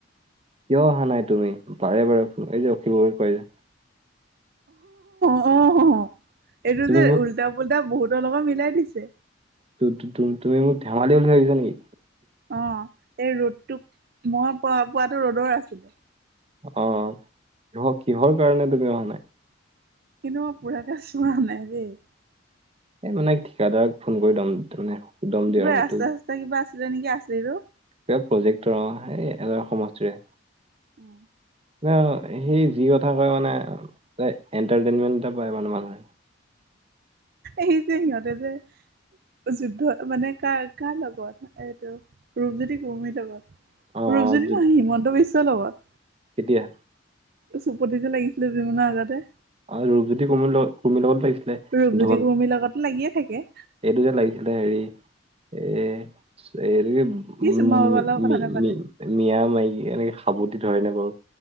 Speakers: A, on the right; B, on the right.
A: কিয় অহা নাই তুমি? বাৰে বাৰে এই যে অখিবও কয় যে। <unintelligible>
B: অ হ-হ। এইটো
A: তুমি
B: যে
A: মোক
B: উল্টা পুল্টা বহুতৰ লগত মিলাই দিছে।
A: তু-তু-তু তুমি মোক ধেমালি বুলি ভাবিছা নেকি?
B: অ এই ৰ'দটোক মই প পোৱাটো ৰ'দৰ আছিলে।
A: অ কিহ কিহৰ কাৰণে তুমি অহা নাই
B: কিন্তু মই পুৰাকে চোৱা নাই দেই৷
A: এই মানে ঠিকাদাৰক ফোন কৰি দম তাৰ মানে দম দিয়া
B: কিবা
A: আৰু সেইটো
B: ৰাস্তা চাস্তা কিবা আছিলে নেকি আচলিটো?
A: কিবা প্ৰজেক্টৰ অ সেই এওৰ সমষ্টিৰে৷
B: উম
A: সেই সি যি কথা কয় মানে এণ্টাৰটেইনমেন্ট এটা পায় মানে মানুহে৷
B: সি যে সিহঁতে যে যুদ্ধটো মানে কাৰ-কাৰ লগত এইটো ৰূপজ্যোতি কুৰ্মীৰ লগত৷
A: অ
B: ৰূপজ্যোতি
A: অ যদি
B: নহয় হিমন্ত বিশ্বৰ লগত৷
A: কেতিয়া?
B: চুপতি যে লাগিছিলে দুদিনমানৰ আগতে৷
A: আৰু ৰূপজ্যোতি কুৰ্মী কুৰ্মীৰ লগত লাগিছিলে৷
B: ৰূপজ্যোতি
A: ধন
B: কুৰ্মীৰ লগত লাগিয়ে থাকে৷
A: এইটো যে লাগিছিলে হেৰি এ এইটো কি
B: সি
A: উ
B: চুমা বাবাৰ
A: মি
B: লগত
A: -
B: কথা
A: মি
B: নাপাতে
A: - মি মিয়া মাইকী এনেকে সাবতি ধৰে নে বাৰু!